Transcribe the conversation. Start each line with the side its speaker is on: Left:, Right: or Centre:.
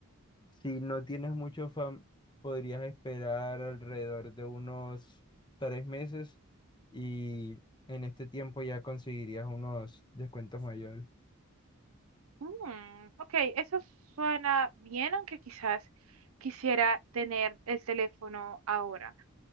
Left: Si no tienes mucho fan, podrías esperar alrededor de unos tres meses y en este tiempo ya conseguirías unos descuentos mayores.
Right: Mm, ok, eso suena bien, aunque quizás quisiera tener el teléfono ahora.